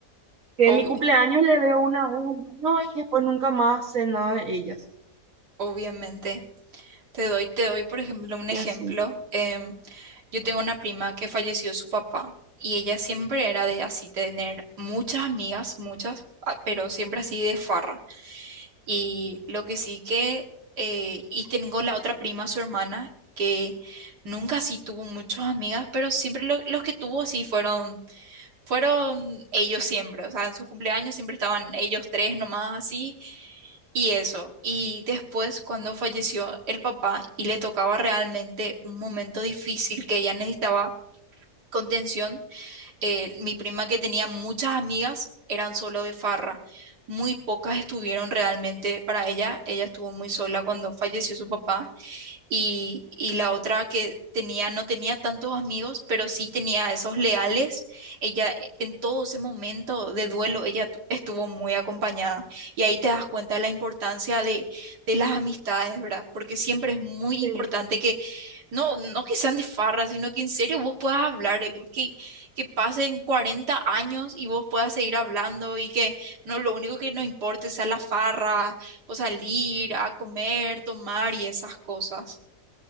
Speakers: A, on the right; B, on the right.
A: Que
B: ob-
A: en mi cumpleaños le veo una vez al año no, y después nunca más sé nada de ellas.
B: obviamente. Te doy, te doy, por ejemplo, un ejemplo.
A: Y así.
B: em, yo tengo una prima que falleció su papá y ella siempre era de así tener muchas amigas, muchas, ah, pero siempre así de farra. Y lo que sí que, eh, y tengo la otra prima, su hermana, que nunca sí tuvo muchas amigas, pero siempre lo- los que tuvo sí fueron, fueron ellos siempre. O sea, en sus cumpleaños siempre estaban ellos tres nomás así, y eso. Y después, cuando falleció el papá y le tocaba realmente un momento difícil que ella necesitaba contención, eh, mi prima que tenía muchas amigas eran solo de farra. Muy pocas estuvieron realmente para ella. Ella estuvo muy sola cuando falleció su papá y, y la otra que tenía, no tenía tantos amigos, pero sí tenía esos leales. Ella eh, en todo ese momento de duelo, ella tu- estuvo muy acompañada. Y ahí te das cuenta de la importancia de, de las amistades, ¿verdad? Porque siempre es muy
A: Sí,
B: importante que, no, no que sean de farra, sino que en serio vos puedas hablar, eh, que, que pasen 40 años y vos puedas seguir hablando y que no, lo único que no importe sea la farra o salir a comer, tomar y esas cosas.